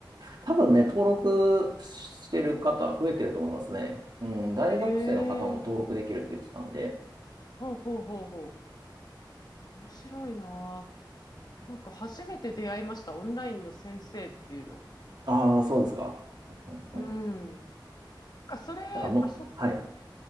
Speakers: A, on the right; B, on the left.
A: 多分ね、登録してる方増えてると思いますね。うん。大学生の方も登録できるって言ってたんで。
B: へえ、ほうほうほうほう。面白いなー。なんか初めて出会いました、オンラインの先生っていうの。
A: ああ、そうですか。うんうんうん
B: うん。かそれ、
A: なんかもう、
B: あ、そっか。
A: はい。